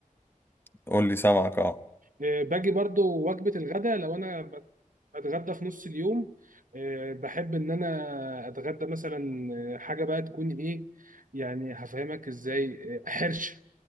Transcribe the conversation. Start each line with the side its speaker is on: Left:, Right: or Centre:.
Left: قول لي سامعك اه
Right: آه، باجي برضو وجبة الغداء لو أنا بت- بتغدى في نص اليوم آه، بحب إن أنا أتغدى مثلا آه، حاجة بقى تكون إيه يعني هفهمك إزاي آه، حرشة